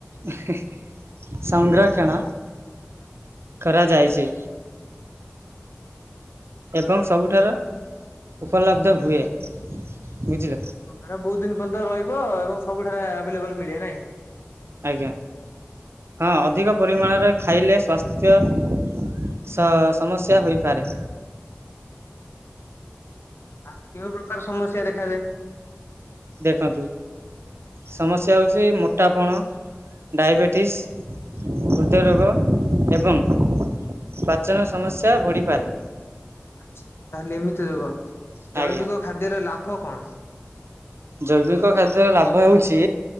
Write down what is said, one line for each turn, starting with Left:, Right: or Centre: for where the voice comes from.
Right: <unintelligible> ସଂରକ୍ଷଣ କରାଯାଇଛି। ଏବଂ ସବୁଠାର ଉପଲବ୍ଧ ହୁଏ। ବୁଝିଲ
Left: ହଁ ବୋହୁତ ଦିନ ପର୍ଯ୍ୟନ୍ତ ରହିବ ଏବଂ ସବୁଠାରେ ଆଭେଲେବଲ ମିଳେ ନାଇଁ।
Right: ଆଜ୍ଞା ହଁ ଅଧିକ ପରିମାଣରେ ଖାଇଲେ ସ୍ୱାସ୍ଥ୍ୟ ସ ସମସ୍ୟା ହୋଇପାରେ।
Left: ଆଉ କେଉଁ ପ୍ରକାର ସମସ୍ୟା ଦେଖାଯାଏ
Right: ଦେଖନ୍ତୁ ସମସ୍ୟା ହଉଛି ମୋଟାପଣ ଡାଇବେଟିସ୍, ହୃଦୟରୋଗ ଏବଂ ପ୍ରଚନ ସମସ୍ୟା ବଢ଼ିପାରେ
Left: ଆଚ୍ଛ ତାହେଲେ ଏମିତି ରୋଗ ଜୈବିକ
Right: ଆଜ୍ଞା
Left: ଖାଦ୍ୟର ଲାଭ କଣ?
Right: ଜୈବିକ ଖାଦ୍ୟରେ ଲାଭ ହେଉଛି